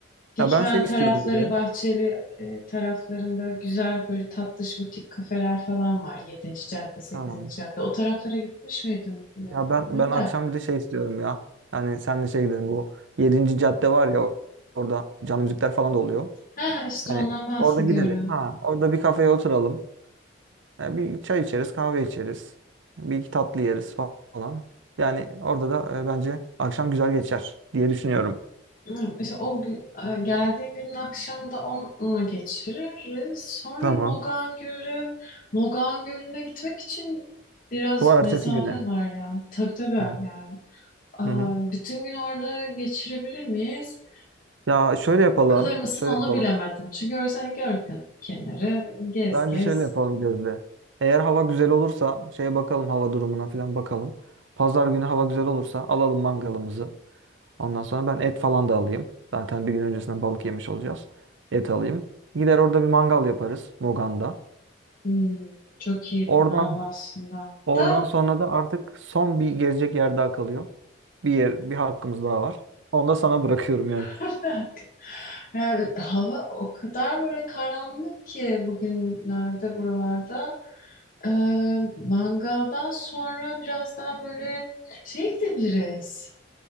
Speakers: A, on the left; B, on the right.
A: Dikmen
B: ya ben şey istiyorum
A: tarafları,
B: bir de.
A: Bahçeli e, taraflarında güzel böyle tatlış butik kafeler falan var. 7. cadde, sekizinci
B: Tamam.
A: cadde. O taraflara gitmiş miydin?
B: Ya ben
A: Bilmiyorum
B: ben akşam
A: da.
B: bir de şey istiyorum ya. Yani senle şey gidelim bu Yedinci cadde var ya orada canlı müzikler falan da oluyor.
A: Ha, işte
B: Hani
A: ondan bahsediyorum.
B: orada gidelim. Ha, orada bir kafeye oturalım. Ya bir çay içeriz, kahve içeriz. Bir iki tatlı yeriz fa- falan. Yani orada da e, bence akşam güzel geçer diye düşünüyorum.
A: Evet, İşte o gü- e, geldiğin günün akşamı da onunla geçiririz. Sonra
B: Tamam.
A: Mogan Gölü, Mogan Gölü'ne gitmek için biraz
B: Bu ertesi
A: mesafe
B: güne.
A: var ya. Tabii tabii
B: Hı hı.
A: yani. Aa,
B: Hı hı.
A: bütün gün orada geçirebilir miyiz?
B: Ya şöyle yapalım.
A: Sıkılır mısın
B: Şöyle
A: onu
B: yapalım.
A: bilemedim. Çünkü orası hani göl ken- kenarı, gez
B: Bence
A: gez.
B: şöyle yapalım Gözde. Eğer hava güzel olursa şeye bakalım hava durumuna falan bakalım. Pazar günü hava güzel olursa alalım mangalımızı. Ondan sonra ben et falan da alayım. Zaten bir gün öncesinden balık yemiş olacağız. Et alayım. Gider orada bir mangal yaparız Mogan'da.
A: Hmm, çok iyi
B: Oradan
A: plan aslında.
B: oradan
A: Da
B: sonra da artık son bir gezecek yer daha kalıyor. Bir yer, bir hakkımız daha var. Onu da sana bırakıyorum yani.
A: <laughs> yani hava o kadar böyle karanlık ki bugünlerde buralarda. Ee, mangaldan sonra biraz daha böyle şeye gidebiliriz.